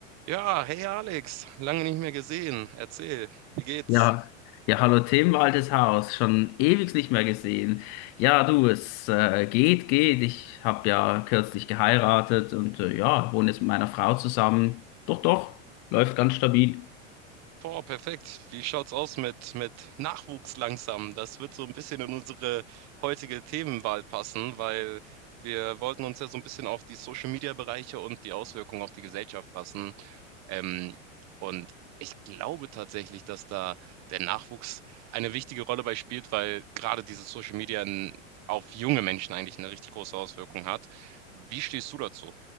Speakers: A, on the right; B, on the left.
A: Ja, hey Alex, lange nicht mehr gesehen. Erzähl, wie geht's?
B: Ja, ja, hallo Tim, altes Haus, schon ewig nicht mehr gesehen. Ja, du, es äh, geht, geht. Ich habe ja kürzlich geheiratet und äh, ja, wohne jetzt mit meiner Frau zusammen. Doch, doch, läuft ganz stabil.
A: Boah, perfekt. Wie schaut's aus mit, mit Nachwuchs langsam? Das wird so ein bisschen in unsere heutige Themenwahl passen, weil wir wollten uns ja so ein bisschen auf die Social-Media-Bereiche und die Auswirkungen auf die Gesellschaft passen. Ähm, und ich glaube tatsächlich, dass da der Nachwuchs eine wichtige Rolle bei spielt, weil gerade dieses Social-Media auf junge Menschen eigentlich eine richtig große Auswirkung hat. Wie stehst du dazu?